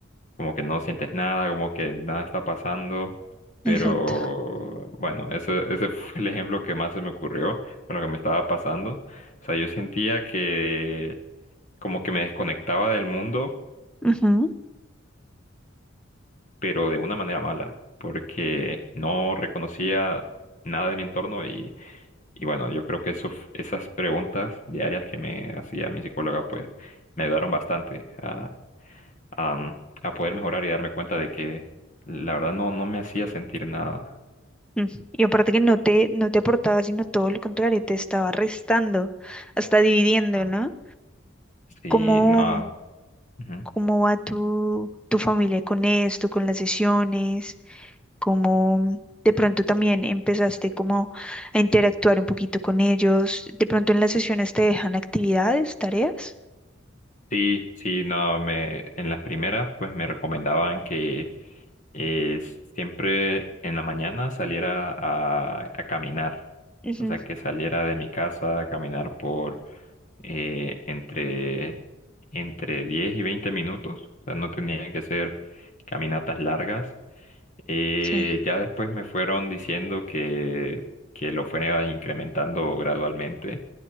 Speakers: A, on the left; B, in the centre.
A: como que no sientes nada, como que nada está pasando. Pero
B: exacto.
A: bueno, ese, ese <laughs> fue el ejemplo que más se me ocurrió con lo que me estaba pasando. O sea, yo sentía que como que me desconectaba del mundo,
B: Ujú.
A: pero de una manera mala, porque no reconocía nada de mi entorno y Y bueno, yo creo que eso, esas preguntas diarias que me hacía mi psicóloga, pues me ayudaron bastante a, a, mm, a poder mejorar y darme cuenta de que la verdad no, no me hacía sentir nada.
B: Mm. Y aparte que no te, no te aportaba, sino todo lo contrario, te estaba restando, hasta dividiendo,
A: Ah,
B: ¿no?
A: Sí,
B: ¿Cómo,
A: no. ujú.
B: cómo va tu, tu familia con esto, con las sesiones? cómo de pronto también empezaste como a interactuar un poquito con ellos. De pronto en las sesiones te
A: sí.
B: dejan actividades, tareas.
A: Sí, sí, no, me, en las primeras pues me recomendaban que eh, s- siempre en la mañana saliera a, a caminar,
B: Ujú,
A: o sea, que saliera de mi casa a caminar por eh, entre, entre 10 y 20 minutos, o sea, no tenían que ser caminatas largas. Eh,
B: Sí.
A: ya después me fueron diciendo que, que lo fuera incrementando gradualmente,